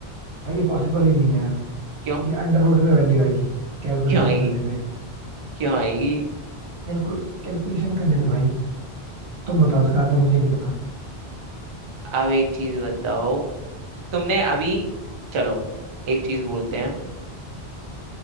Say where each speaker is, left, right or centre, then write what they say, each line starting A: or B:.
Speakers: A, on the right; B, on the right.
A: भाई ये पॉसिबल ही नहीं है यार
B: क्यों
A: ये अंडर रूट में वैल्यू आएगी कैलकुलेशन
B: क्यों आएगी
A: करने पे
B: क्यों आएगी
A: कैलकुल कैलकुलेशन करने पे भाई तुम बताओ इसका आंसर मुझे नहीं पता
B: अब एक चीज बताओ तुमने अभी चलो एक चीज बोलते हैं